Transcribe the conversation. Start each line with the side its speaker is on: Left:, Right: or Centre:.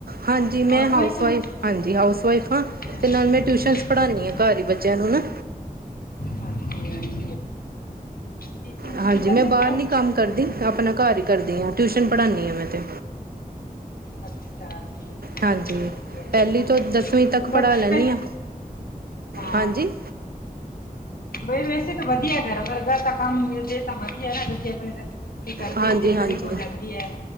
Right: ਹਾਂਜੀ ਮੈਂ
Left: ਹਾਊਸ
Right: ਹਾਊਸਵਾਈਫ।
Left: ਵਾਈਫ ਹੋ
Right: ਹਾਂਜੀ ਹਾਊਸ ਵਈਫ ਹਾਂ
Left: ਹਾਂਜੀ
Right: ਅਤੇ ਨਾਲ ਮੈਂ ਟਿਊਸ਼ਨਸ ਪੜ੍ਹਾਉਂਦੀ
Left: ਹਾਂਜੀ
Right: ਹਾਂ ਘਰ ਹੀ ਬੱਚਿਆਂ ਨੂੰ ਨਾ
Left: ਹਾਂਜੀ ਹਾਂਜੀ ਟੀਚਿੰਗ ਤੁਸੀਂ
Right: ਹਾਂਜੀ
Left: ਕਰ
Right: ਮੈਂ
Left: ਲੈਂਦੇ
Right: ਬਾਹਰ
Left: ਹੋ
Right: ਨੀ ਕੰਮ ਕਰਦੀ ਆਪਣਾ ਘਰ ਹੀ ਕਰਦੀ ਹਾਂ ਟਿਊਸ਼ਨ ਪੜ੍ਹਾਉਂਦੀ ਹਾਂ ਮੈਂ ਤੇ
Left: ਅੱਛਾ <unintelligible>
Right: ਹਾਂਜੀ ਪਹਿਲੀ ਤੋਂ ਦਸਵੀਂ ਤੱਕ ਪੜ੍ਹਾ ਲੈਂਦੀ ਹਾਂ
Left: ਹਾਂ।
Right: ਹਾਂਜੀ
Left: ਵੈਸੇ ਤਾਂ ਵਧੀਆ ਘਰ ਵਰਗਾ ਤਾਂ ਕੰਮ ਮਿਲਦੇ ਤਾਂ ਵਧੀਆ ਨਾ <unintelligible> ਵੀ ਘਰਦੀ
Right: ਹਾਂਜੀ
Left: ਵੀ ਦੇਖ
Right: ਹਾਂਜੀ
Left: ਰੇਖ ਹੋ ਜਾਂਦੀ ਹੈ